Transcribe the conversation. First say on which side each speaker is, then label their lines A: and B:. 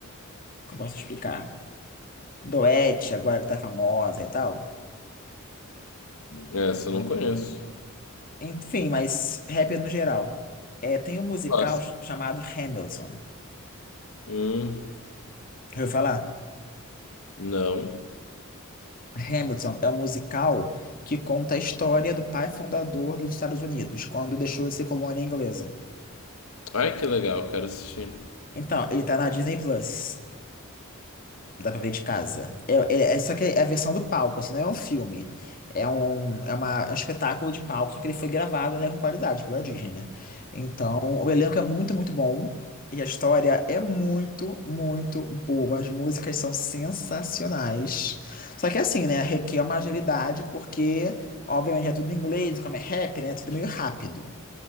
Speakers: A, on the left; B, on the left.
A: Como eu posso explicar? Doete, agora que tá famosa e tal.
B: É, Essa eu não conheço.
A: Enfim, mas rap no geral. É, tem um musical
B: Gosto.
A: ch- chamado Hamilton.
B: Hum,
A: Já Ouviu falar?
B: não.
A: Hamilton é um musical que conta a história do pai fundador dos Estados Unidos, quando deixou de ser colônia inglesa.
B: Ai, que legal, quero assistir.
A: Então, ele tá na Disney Plus. Dá pra ver de casa. É, é- é- só que é a versão do palco, assim, não é um filme. É um, é uma, é um espetáculo de palco, só que ele foi gravado, né, com qualidade pela Disney, né? Então, o elenco é muito, muito bom. E a história é muito, muito boa. As músicas são sensacionais. Só que é assim, né, requer uma agilidade, porque, obviamente, é tudo em inglês, como é rap, né? É tudo é meio rápido.